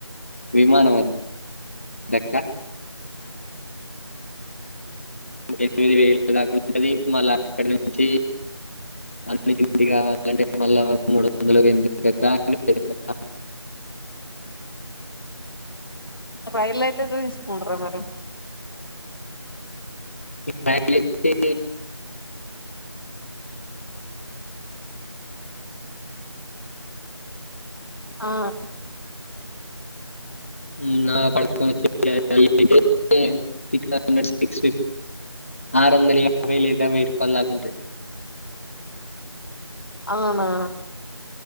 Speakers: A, on the left; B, on the left.
A: విమానమా వద్దక్క <inaudible> రెండు వేల ఐదు వందల దాకా ఉంటది మళ్ళ అక్కడ్నుంచి అన్ని <inaudible> మళ్ళ మూడు వందలు ఎన్ని <inaudible>
B: రైలైతే ఎంతతీస్కోంటార్రా మరి
A: రైలుకి
B: ఆహ్
A: ఉహ్ ఆ పడుకని వచ్చె <inaudible> సిక్స్ హండ్రెడ్ సిక్స్ ఫిఫ్టి ఆరు వందల యాబై లేదా వేయి రూపాయలు దాకా ఉంటది
B: అవ్నా